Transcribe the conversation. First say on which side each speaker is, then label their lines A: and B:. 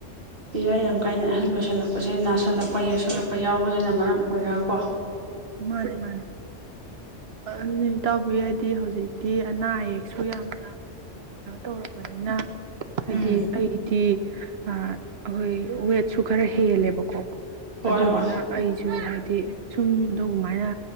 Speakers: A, on the right; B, on the right.
A: ꯕꯦꯔꯥ ꯌꯥꯝ ꯀꯥꯏꯅꯦ ꯑꯍꯜ ꯑꯣꯏꯁ- ꯁꯜꯂꯛꯄꯁꯦ ꯅꯥꯁꯜꯂꯛꯄ
B: ꯎꯝ
A: ꯌꯦꯛꯁꯜꯂꯛꯄ ꯑꯩ ꯌꯥꯎꯕꯅꯤꯅ ꯃꯔꯝ ꯑꯣꯏꯔꯒꯀꯣ
B: ꯃꯥꯅꯦ ꯃꯥꯅꯦ ꯑꯗꯨ ꯏꯇꯥꯎꯕꯤ ꯍꯥꯏꯗꯤ ꯍꯧꯖꯤꯛꯇꯤ ꯑꯅꯥ ꯑꯌꯦꯛꯁꯨ ꯌꯥꯝꯅ ꯀꯩꯅꯣ ꯇꯧꯔꯕꯅꯤꯅ ꯍꯥꯏꯗꯤ
A: ꯎꯝ
B: ꯑꯩꯗꯤ ꯑꯥ ꯍꯣꯏ ꯋꯦꯠꯁꯨ ꯈꯔ ꯍꯦꯜꯂꯦꯕ ꯀꯣ
A: ꯍꯣꯏ
B: ꯑꯗꯨꯗꯨꯅ
A: ꯍꯣꯏ
B: ꯑꯩꯁꯨ ꯍꯥꯏ ꯊꯤ ꯁꯨꯝ ꯑꯗꯨꯒꯨꯃꯥꯏꯅ